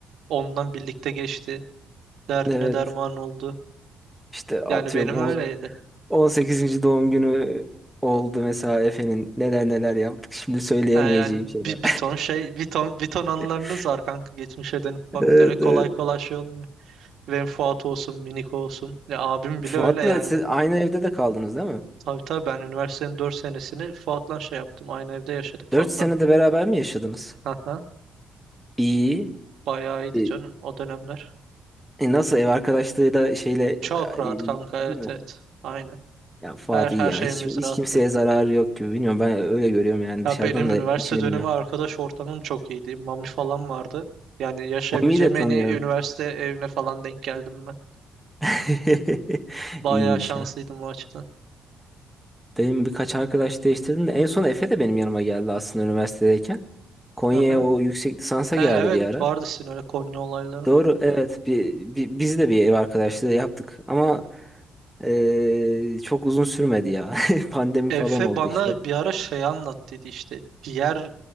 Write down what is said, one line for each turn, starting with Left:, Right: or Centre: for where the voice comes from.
Right: ondan birlikte geçti. Derdine
Centre: Evet.
Right: derman oldu.
Centre: İşte atıyorum
Right: Yani benim öyleydi.
Centre: On sekizinci doğum günü oldu mesela Efe'nin. Neler neler yaptık. Şimdi söyleyemeyeceğim
Right: Ha yani bir,
Centre: şeyler.
Right: bir ton şey, bir ton, bir ton anılarınız
Centre: <laughs>
Right: var kanka geçmişe dönüp bak
Centre: Evet,
Right: kolay
Centre: evet.
Right: kolay şey olmuyor. Fuat olsun, Miniko olsun. Ya abim bile
Centre: Fuat'la
Right: öyle yani.
Centre: siz aynı evde de kaldınız değil mi?
Right: Tabii tabii ben üniversitenin 4 senesini Fuat'la şey yaptım. Aynı evde yaşadık Fuat'la.
Centre: Dört sene de beraber mi yaşadınız?
Right: Haha.
Centre: İyi.
Right: Bayağı iyiydi
Centre: E,
Right: canım o dönemler.
Centre: e, nasıl ev arkadaşlığı da şeyle
Right: Çok
Centre: e,
Right: rahat
Centre: iyi
Right: kanka
Centre: mi?
Right: evet evet. Aynen.
Centre: Ya Fuat
Right: Her her
Centre: iyi ya.
Right: şeyimiz
Centre: Hiç, hiç
Right: rahattı.
Centre: kimseye zararı yok gibi. Bilmiyorum ben öyle görüyorum yani
Right: Ya
Centre: dışarıdan
Right: benim
Centre: da
Right: üniversite
Centre: içini
Right: dönemi
Centre: bilmem.
Right: arkadaş ortamım çok iyiydi. Mami falan vardı. Yani yaşayabileceğim
Centre: Mami'yi de tanıyorum.
Right: en iyi üniversite evine falan denk geldim ben.
Centre: <laughs>
Right: Bayağı
Centre: İyiymiş
Right: şanslıydım
Centre: ya.
Right: o açıdan.
Centre: Benim birkaç arkadaş değiştirdim de en son Efe de benim yanıma geldi aslında üniversitedeyken. Konya'ya
Right: Aha.
Centre: o yüksek lisansa
Right: E,
Centre: geldi
Right: evet
Centre: bir ara.
Right: vardı sizin öyle Konya olayları.
Centre: Doğru evet bir, bi- biz de bir ev arkadaşlığı yaptık ama eee, çok uzun sürmedi ya. <laughs> Pandemi
Right: Efe
Centre: falan oldu
Right: bana
Centre: işte.
Right: bir ara şey anlattıydı işte. Diğer